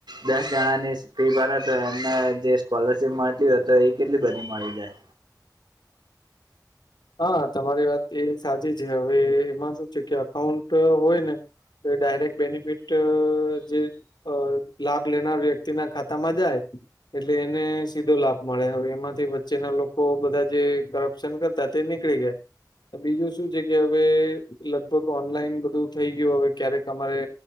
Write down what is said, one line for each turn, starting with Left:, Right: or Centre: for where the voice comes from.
Right: દસ જણા ની ફી ભરે તો એમને જે સ્કોલરશીપ મળતી હોય તો એ કેટલી બધી મળી જાય.
Left: હા તમારી વાત એ સાચી છે હવે એમાં શું છે કે અકાઉન્ટ હોય ને તો ડાયરેક્ટ બેનિફિટ જે અ લાભ લેનાર વ્યક્તિ ના ખાતા માં જાય. એટલે એને સીધો લાભ મળે હવે એમાંથી વચ્ચેના લોકો બધા જે કરપ્શન કર તા તે નીકળી ગયા. બીજું શું છે કે હવે લગભગ ઓનલાઈન બધું થઈ ગયું હવે ક્યારેક અમારે